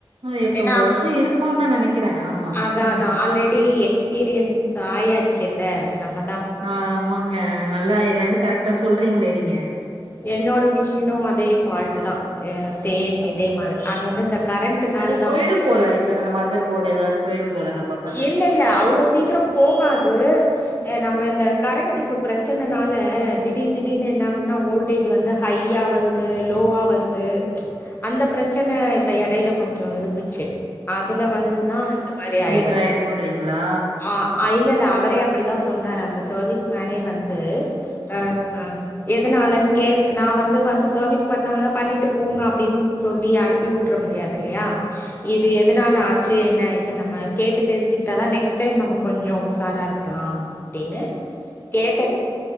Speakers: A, on the right (about 80°); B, on the left (about 25°).
A: ம் எட்டு
B: என்னா
A: ஒன்பது வருஷோ இருக்குன்னு தா நெனைக்கிறே ஆமா
B: அதா
A: ம்
B: அதா ஆல்ரெடி எக்ஸ்பீரியன்ஸ் ஆயாச்சுல்ல நம்ம
A: ஆமாங்க நல்லா எல்லாமே கரெக்டா சொல்றீங்ளே நீங்க
B: என்னோட மிஷினு அதே ஃபால்ட் தா அ சேம் இதே மாரி அது வந்து இந்த கரண்ட்னால
A: அது
B: தா
A: போயிடும் போல இருக்கு அந்த மதர் போர்டு ஏதாவது போயிடும் போல அப்பப்ப
B: இல்ல இல்ல அவ்ளோ சீக்கிரம் போகாது நம்ம இந்த கரண்ட் இப்ப ப்ரச்சனனால திடீர் திடீர்னு என்னா ஆகுனா ஓல் டேஜ் வந்து ஹைய்யா வருது லோவா வருது அந்த ப்ரச்சன இப்ப எடைல கொஞ்சோ இருந்துச்சு அதுல வந்துதா இந்த மாரி ஆயிடுச்சு
A: ரிப்பேர் ஆயிருக்குன்றீங்களா
B: ஆ ஆ இல்ல இல்ல அவரே அப்படிதா சொன்னாரு அந்த சேர்வீஸ் மேனே வந்து ஆ எதுநாளட் கே நா வந்து வந்து சர்வீஸ் பண்ணாங்கனா பண்ணிட்டு போங்க அப்டின்னு சொல்லி அனுப்பி வுட்ர முடியாது இல்லயா இது எதனால ஆச்சு என்ன எது நம்ம கேட்டு தெரிஞ்சுட்டாதா நெக்ஸ்ட் டைம் நமக் கொஞ்சோ உசாரா இருக்கலா அப்டின்னு கேட்டது